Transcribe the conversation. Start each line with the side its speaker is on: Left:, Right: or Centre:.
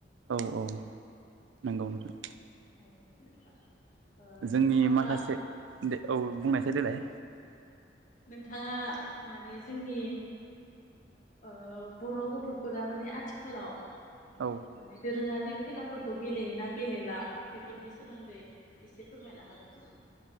Right: औ औ नंगौ नोंथां
Left: औ नोंथां ओ
Right: जोंनि
Left: नोंथाङा
Right: माखासे दे औ बुंनायसाय देलाय
Left: नोंथाङा माने जोंनि ओ बर' गथफोरा माने आथिखालाव
Right: औ
Left: माने दोरोङारि खेला फोरखौ गेलेयो ना गेलेला बेफोरनि सोमोन्दै एसे फोरमायनो हागोन नामा